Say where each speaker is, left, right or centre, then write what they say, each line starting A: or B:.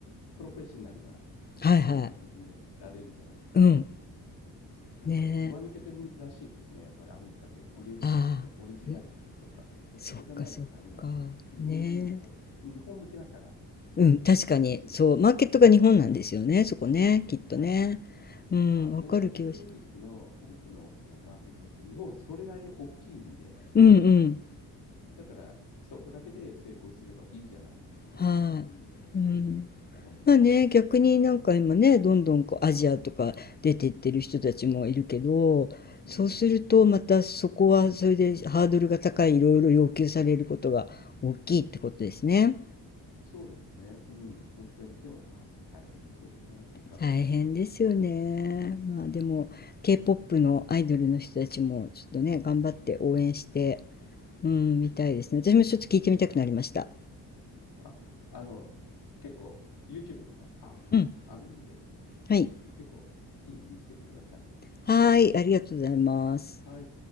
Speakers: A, on the left; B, on the left.
A: プロフェッショナルな
B: はいはい
A: ものが求められるじゃないですか。
B: うん
A: やっぱりずば抜けてるらしいですね。
B: ねえ
A: やっぱりアメリカで売れるためにはオリジナリティとか。
B: ああう
A: で、
B: そっかそっか
A: それがないとダメなんで、日本人だと、
B: ねえ
A: 日本向けだから、
B: うん、
A: ちょっと難しいのかもしれない。
B: 確かに。そう、マーケットが日本なんですよね、そこね、
A: そうですね。
B: きっとね。
A: はいはい。
B: うん、
A: まあ、
B: わかる気がし、
A: 音楽ミュージックの、音楽のそのマーケットって日本それなりに大きいんで、
B: うんうん、
A: だからそこだけで成功すればいいじゃないって食べていけるよね、
B: は
A: みたいな感じだと思います。
B: い。うん。まあね、
A: はい。
B: 逆になんか今ね、どんどんこうアジアとか出てってる人たちもいるけど、
A: うん。
B: そうするとまたそこはそれでハードルが高い、いろいろ要求されることが大きいってことですね。
A: そうですね。うん。本当に。でもまあ、大変ですよね。頑張んなきゃなんないから。
B: 大変ですよね。まあでも K-POP のアイドルの人たちもちょっとね、頑張って応援してうん、みたいですね。私もちょっと聞いてみたくなりました。
A: そうですねあ、あの、結構 YouTube とか、あ、
B: うん。
A: あるんで、
B: はい。
A: 結構いいの見つけてください。
B: はーい、ありがとうございます。
A: はい。